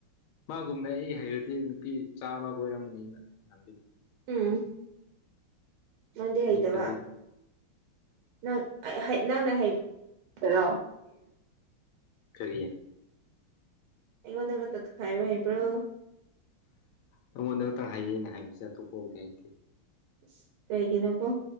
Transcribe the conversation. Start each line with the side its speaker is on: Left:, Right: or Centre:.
Left: ꯃꯥꯒꯨꯝꯅ ꯑꯩ ꯍꯩꯔꯗꯤ ꯅꯨꯄꯤ ꯆꯥꯝꯃ ꯀꯣꯏꯔꯝꯕꯅꯤꯅ ꯅꯍꯥꯟꯗꯒꯤ
Right: ꯎꯝ ꯅꯪꯗꯤ ꯍꯩꯇꯕ
Left: ꯍ ꯇꯕꯤ
Right: ꯅꯪ ꯅꯪꯅ ꯍ꯭ꯔꯣ
Left: ꯀꯔꯤꯌꯦ
Right: ꯑꯩꯉꯣꯟꯗꯒ ꯇꯠꯈꯥꯏꯕ ꯍꯩꯕ꯭ꯔꯣ
Left: ꯑꯩꯉꯣꯟꯗ ꯈꯇꯪ ꯍꯥꯏꯌꯦꯩꯅ ꯍꯥꯏꯕꯁꯦ ꯑꯇꯣꯞꯄꯕꯨꯗꯤ ꯍꯥꯏꯇꯦ
Right: ꯑꯁ ꯀꯩꯒꯤꯅꯣꯕꯣ